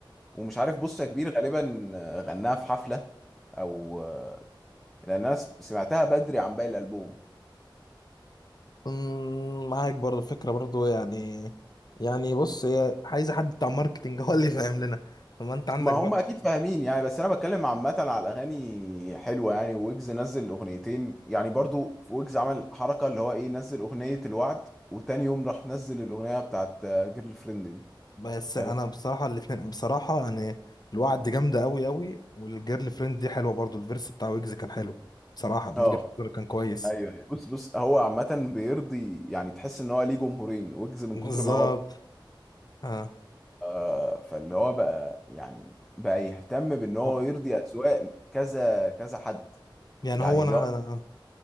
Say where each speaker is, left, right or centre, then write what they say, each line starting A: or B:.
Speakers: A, in the centre; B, on the left.
A: ومش عارف بص يا كبير غالبا غناها في حفلة او لان انا س- سمعتها بدري عن باقي الالبوم
B: أمم، معاك برضه فكرة برضه يعني يعني بص هي عايزة حد بتاع ماركتينج <laughs> هو اللي فاهم لنا فما انت عندك
A: ما هم
B: برضه
A: اكيد فاهمين يعني بس انا بتكلم عامة على الاغاني حلوة يعني ويجز نزل اغنيتين يعني برضو في ويجز عمل حركة اللي هو ايه نزل اغنية الوعد وتاني يوم راح نزل الاغنية بتاعت جيرل فريند دي
B: بس
A: فاهم
B: انا بصراحة الاتنين بصراحة يعني الوعد جامدة قوي قوي والجيرل فريند دي حلوة برضه الفيرس بتاع ويجز كان حلو بصراحة من
A: اه
B: وجهة نظري كان كويس
A: ايوه أيوة. بص بص هو عامة بيرضي يعني تحس ان هو ليه جمهورين ويجز من
B: بالظبط
A: كتر ما هو
B: اه
A: آه فاللي هو بقى يعني بقى يهتم بان هو
B: هو-
A: يرضي اذواق كذا كذا حد
B: يعني
A: يعني
B: هو انا
A: اللي هو
B: انا